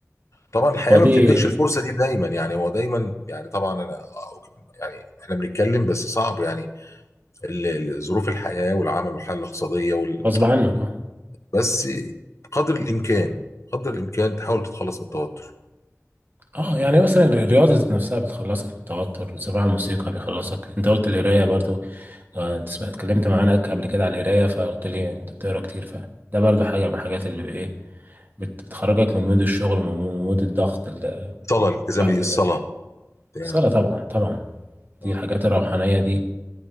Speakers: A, on the left; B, on the right.
A: طبعا الحياة
B: ودي
A: ما بتديكش الفرصة دي دايما يعني هو دايما يعني طبعا أنا يعني احنا بنتكلم بس صعب يعني ال- ال- ظروف الحياة والعمل والحالة الاقتصادية وال...
B: غصب عنك اه
A: بس قدر الامكان قدر الامكان تحاول تتخلص من التوتر
B: اه يعني مثلا الرياضة ذات نفسها بتخلصك من التوتر سماع الموسيقى بيخلصك انت قلت القراية برضو آه، انت سمعت اتكلمت معانا قبل كده على القرايه فقلت لي انت بتقرا كتير فده برضو حاجه من الحاجات اللي ايه بت- بتخرجك من مود الشغل ومن مود الضغط اللي
A: الصلاة الالتزام
B: الواحد
A: بالصلاة
B: بيبقى فيه
A: يعني
B: الصلاه طبعا طبعا دي
A: آه.
B: الحاجات الروحانيه دي